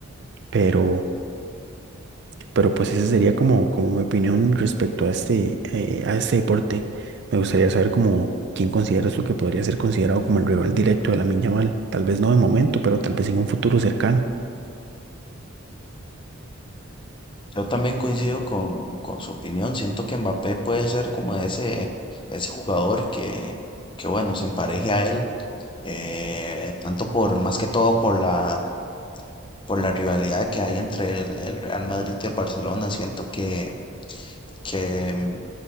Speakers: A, on the right; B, on the left.
A: pero... Pero pues esa sería como, como mi opinión respecto a este, eh, a este deporte. Me gustaría saber como quién consideras tú que podría ser considerado como el rival directo de la Yamal. Tal vez no de momento, pero tal vez en un futuro cercano.
B: Yo también coincido con, con su opinión. Siento que Mbappé puede ser como ese, ese jugador que, que bueno, se empareje a él, eh, tanto por, más que todo por la, por la rivalidad que hay entre el, el Real Madrid y el Barcelona. Siento que que, mm,